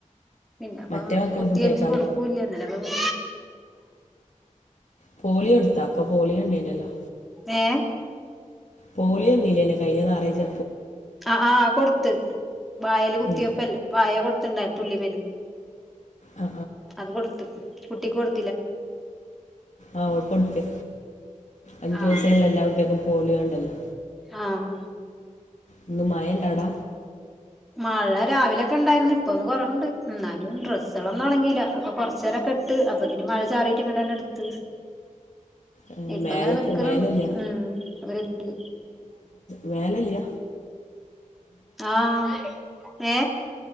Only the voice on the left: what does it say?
മറ്റേ മക്കള്
ഫുഡ്
കഴിക്കാൻ
പോളിയോ എടുത്താ അപ്പൊ പോളി ഉണ്ടേയ്നല്ലോ
പോളിയോന്നീല്ലെനോ കയിഞ്ഞാനാറായിച്ച
ഏ
ആ
ആഹ് ഓൾക്കൊട്ത്ത്. അഞ്ചു
വയസ്സായ എല്ലാ കുട്ട്യാൾക്കും പോളിയോ ഒണ്ടല്ലോ.
ഇന്നു മഴെല്ലടാ?
അവിടെ
മേലക്ക്
മേലില്ല
മേലല്ല?